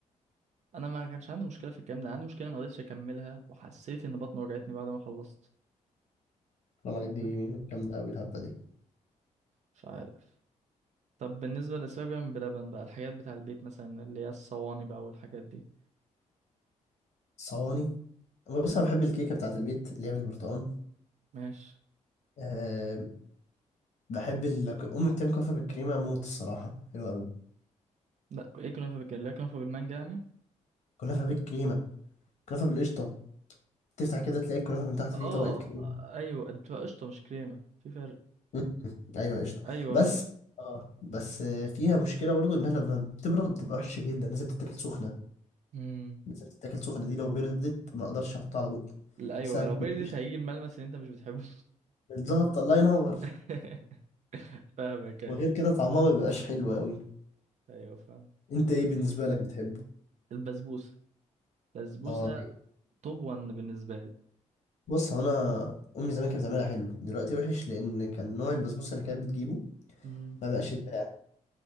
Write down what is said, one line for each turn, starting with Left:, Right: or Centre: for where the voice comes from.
Right: انا ما كانش عندي مشكله في الكلام ده عندي مشكله ما قدرتش اكملها وحسيت ان بطني وجعتني بعد ما خلصت
Left: حرام
Right: تمام
Left: عليك دي جامده قوي الهبه دي
Right: مش عارف طب بالنسبه للاسباب بقى من بلبن بقى الحاجات بتاع البيت مثلا اللي هي الصواني بقى والحاجات دي
Left: صواني بص
Right: ايوه
Left: انا بحب الكيكه بتاعت البيت اللي هي بالبرتقال
Right: ماشي
Left: أه بحب ال... امي بتعمل كنافه بالكريمه موت الصراحه حلوه قوي
Right: لا ايه كنافه بالكريمه لا كنافه بالمانجا يعني
Left: كنافه بالكريمه كنافه بالقشطه تفتح كده تلاقي الكنافة من تحت
Right: اه
Left: فيه طبقة كريم
Right: ايوه دي بتبقى قشطه مش كريمه في فرق
Left: مم. ايوه قشطة
Right: ايوه
Left: بس
Right: بالقشطه
Left: اه بس آه، فيها مشكلة برضو انها لما بتبرد بتبقى وحشة جدا لازم تتاكل سخنة
Right: امم
Left: لازم تتاكل سخنة دي لو بردت ما اقدرش احطها على بقي
Right: لا ايوه
Left: بسبب
Right: لو بردت
Left: القشطة.
Right: هيجي الملمس اللي انت مش بتحبه
Left: الزهبط الله ينور
Right: <laughs> فاهمك ايوه
Left: وغير كده طعمها ما بيبقاش حلو قوي
Right: ايوه فاهم
Left: انت ايه بالنسبة لك بتحب
Right: البسبوسه البسبوسه
Left: اه رايق.
Right: توب وان بالنسبه لي
Left: بص هو انا امي زمان كانت بتعملها حلو دلوقتي وحش لان كان نوع البسبوسة اللي كانت بتجيبه
Right: امم
Left: ما بقاش يتباع